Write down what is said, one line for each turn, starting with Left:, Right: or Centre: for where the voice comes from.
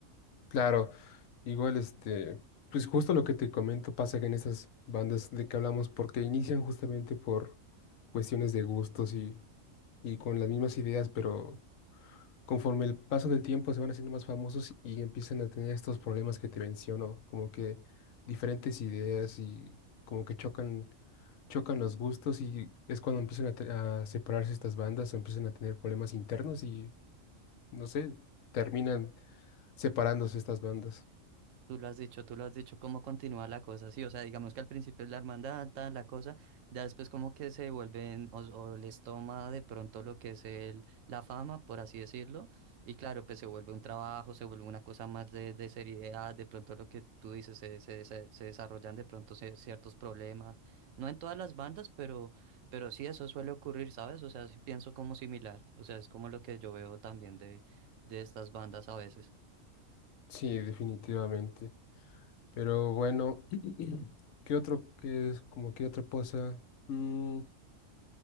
Left: Claro, igual este, pues justo lo que te comento pasa que en esas bandas de que hablamos, porque inician justamente por cuestiones de gustos y, y con las mismas ideas, pero conforme el paso del tiempo se van haciendo más famosos y empiezan a tener estos problemas que te menciono, como que diferentes ideas y como que chocan, chocan los gustos y es cuando empiezan a, te- a separarse estas bandas, empiezan a tener problemas internos y no sé, terminan separándose estas bandas.
Right: Tú lo has dicho, tú lo has dicho, cómo continúa la cosa, sí, o sea, digamos que al principio es la hermandad, tal, la cosa, ya después como que se vuelven o, o les toma de pronto lo que es el, la fama, por así decirlo, y claro, pues se vuelve un trabajo, se vuelve una cosa más de, de seriedad, de pronto lo que tú dices, se, se, se- se desarrollan de pronto cier- ciertos problemas, no en todas las bandas, pero, pero sí eso suele ocurrir, ¿sabes? O sea, sí pienso como similar, o sea, es como lo que yo veo también de, de estas bandas a veces.
Left: Sí, definitivamente. Pero bueno, <clears throat> ¿qué otro que es como qué otra cosa? Mm,